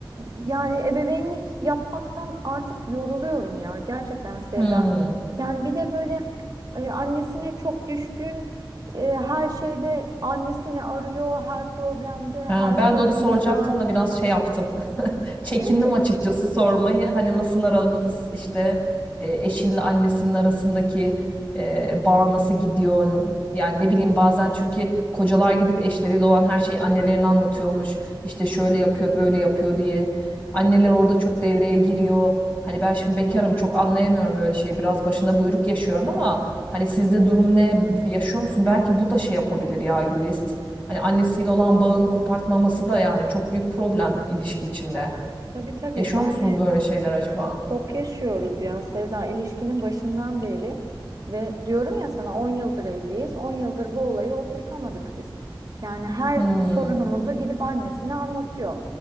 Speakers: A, on the right; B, on the left.
A: yani ebeveynlik yapmaktan artık yoruluyorum ya gerçekten Sevda.
B: hmm.
A: Yani bir de böyle e, annesine çok düşkün, e, her şeyde annesini arıyor, her problemde,
B: Ha,
A: her
B: ben
A: sorununda.
B: de onu soracaktım da biraz şey yaptım. <laughs> Çekindim
A: Evet,
B: açıkçası sormayı. Hani nasıl aranız işte e, eşinle annesinin arasındaki e, bağ nasıl gidiyor? Yani ne bileyim bazen çünkü kocalar gidip eşleriyle olan her şeyi annelerine anlatıyormuş. İşte şöyle yapıyor böyle yapıyor diye. Anneler orada çok devreye giriyor. Hani ben şimdi bekarım çok anlayamıyorum öyle şeyi. Biraz başına buyruk yaşıyorum ama hani sizde durum ne yaşıyor musun? Belki bu da şey yapabilir ya Güliz. Hani annesiyle olan bağını kopartmaması da yani çok büyük problem ilişki içinde.
A: tabii tabii
B: Yaşıyor
A: yani
B: musunuz böyle şeyler acaba?
A: Çok yaşıyoruz ya Sevda ilişkinin başından beri ve diyorum ya sana 10 yıldır evliyiz. 10 yıldır bu olayı oturtamadık biz. Yani her
B: Hmm.
A: sorunumuzu gidip annesine anlatıyor.